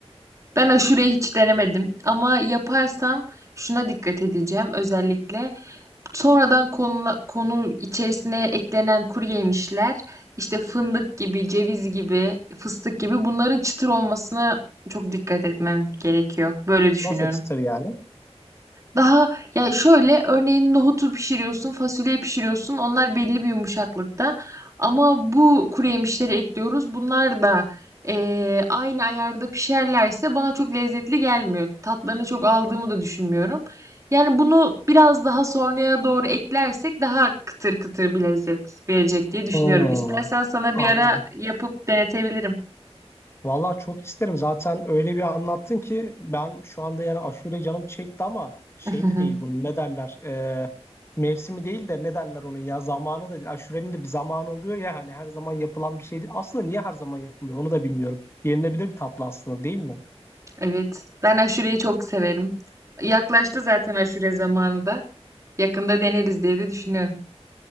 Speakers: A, on the right (about 30°); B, on the left (about 25°).
A: Ben aşureyi hiç denemedim ama yaparsam şuna dikkat edeceğim özellikle. Sonradan konu, konu içerisine eklenen kuru yemişler, işte fındık gibi, ceviz gibi, fıstık gibi bunların çıtır olmasına çok dikkat etmem gerekiyor. Böyle düşünüyorum.
B: Nasıl çıtır yani?
A: Daha ya şöyle örneğin nohutu pişiriyorsun, fasulyeyi pişiriyorsun. Onlar belli bir yumuşaklıkta. Ama bu kuru yemişleri ekliyoruz. Bunlar da eee, aynı ayarda pişerlerse bana çok lezzetli gelmiyor. Tatlarını çok aldığımı da düşünmüyorum. Yani bunu biraz daha sonraya doğru eklersek daha kıtır kıtır bir lezzet verecek diye düşünüyorum.
B: Hmm,
A: İstersen sana
B: anladım.
A: bir ara yapıp denetebilirim.
B: Vallahi çok isterim. Zaten öyle bir anlattın ki ben şu anda yani aşure canım çekti ama şey
A: <laughs>
B: de değil bunun ne derler? E, mevsimi değil de ne derler onun ya zamanı da değil. Aşurenin de bir zamanı oluyor ya hani her zaman yapılan bir şey değil. Aslında niye her zaman yapılıyor onu da bilmiyorum. Yenilebilir bir tatlı aslında değil mi?
A: Evet, ben aşureyi çok severim. Yaklaştı zaten aşure zamanı da. Yakında deneriz diye de düşünüyorum.